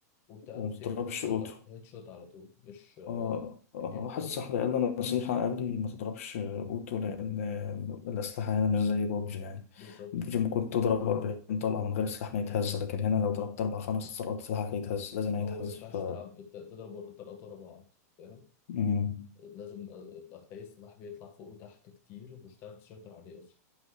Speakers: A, on the left; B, on the left.
A: وبتعرف
B: ومضربش
A: تدي هيد شوت
B: اوتو
A: هيد شوت على طول مش آه،
B: آه آه،
A: يعني البادي
B: واحد صاحبي قال لي نصيحة قال لي ما تضربش أوتو لأن الأسلحة هنا مش زي بوبجي يعني
A: بالظبط
B: بوبجي ممكن تضرب 40 طلقة من غير السلاح ما يتهز لكن هنا لو ضربت أربع خمس طلقات سلاحك هيتهز لازم
A: ما
B: هيتهز
A: هو ما ينفعش
B: ف
A: تلعب بت- تضرب ورا التلاتة ورا بعض فاهم
B: مم.
A: لازم آه، هتلاقي السلاح بيطلع فوق وتحت كتير مش هتعرف تسيطر عليه أصلا